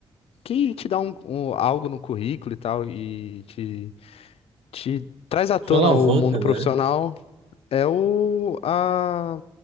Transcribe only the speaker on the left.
que te dá um, um- algo no currículo e tal e te, te traz à tona
o mundo
profissional É o a,